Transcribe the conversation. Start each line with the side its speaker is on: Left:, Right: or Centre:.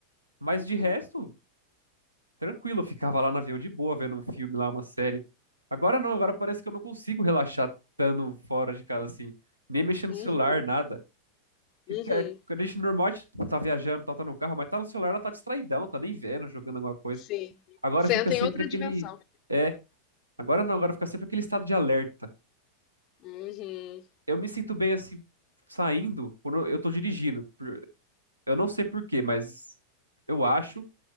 Right: Mas
Left: Uhum,
Right: de resto, tranquilo, eu ficava lá no avião de boa, vendo um filme lá, uma série. Agora não, agora parece que eu não consigo relaxar estando fora de casa assim. Nem mexendo
Left: uhum,
Right: no celular, nada. Que,
Left: uhum.
Right: que é- quando a gente normal, a gente tá viajando, tá, tá no carro, mas tá no celular, ela tá distraidão, tá nem vendo, jogando alguma coisa.
Left: Sim.
Right: Agora
Left: Você
Right: fica sempre
Left: em outra
Right: aquele.
Left: dimensão.
Right: É, agora não, agora fica sempre aquele estado de alerta.
Left: Uhum.
Right: Eu me sinto bem assim, saindo, quando eu tô dirigindo. Eu não sei por quê, mas eu acho